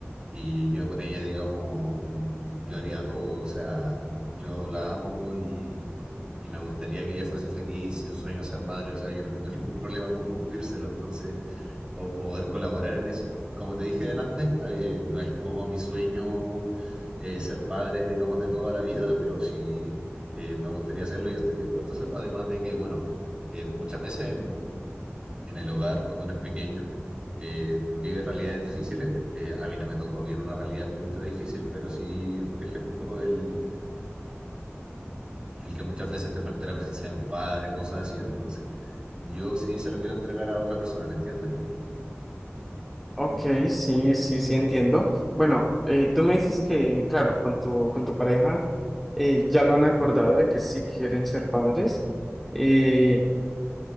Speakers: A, on the right; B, in the centre.
A: y yo por ella, digamos, yo haría todo, o sea, yo la amo y y me gustaría que ella fuese feliz y su sueño es ser madre, o sea, yo no tengo <laughs> ningún problema con cumplírselo, entonces, o, o poder colaborar en eso. Como te dije antes, eh, no es como mi sueño eh, ser padre, digamos, de toda la vida, pero si eh, me gustaría hacerlo, yo estoy dispuesto a hacerlo, además de que, bueno, eh, muchas veces en, en el hogar, cuando uno es pequeño, eh, vive realidades difíciles. Eh, a mí no me tocó vivir una realidad ultra difícil, pero sí, por ejemplo, el, el que muchas veces te falte la presencia de un padre, cosas así. Entonces, yo sí se lo quiero entregar a otra persona, ¿me entiendes?
B: Ok, sí, sí, sí entiendo. Bueno, eh, tú me dices que, claro, con tu, con tu pareja eh, ya lo han acordado de que sí quieren ser padres. Eh,